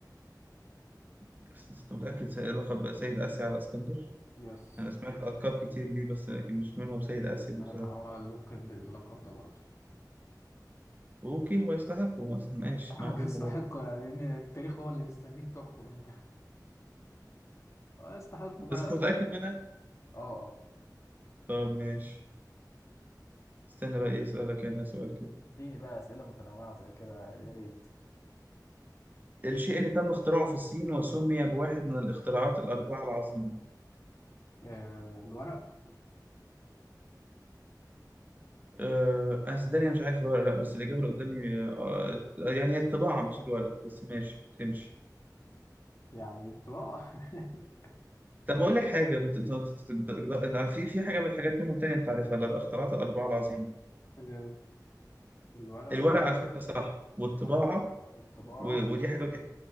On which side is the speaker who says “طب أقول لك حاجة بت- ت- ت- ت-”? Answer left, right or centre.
Right